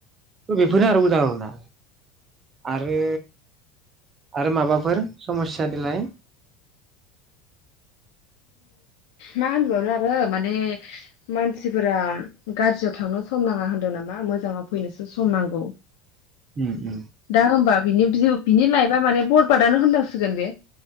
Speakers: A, on the right; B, on the left.
A: थ बेफोरनो
B: उम
A: आरो उदाहरना आरो आरो माबाफोर समस्या देलाय
B: मा होनबावनो आरो माने मानसिफोरा गाज्रियाव थांनो सम नाङा होनदों नामा मोजाङाव फैनोसो सम नांगौ
A: उम उम
B: दा होनबा बिनि बिनि लाइफ दा माने बरबादानो होनजासिगोन बे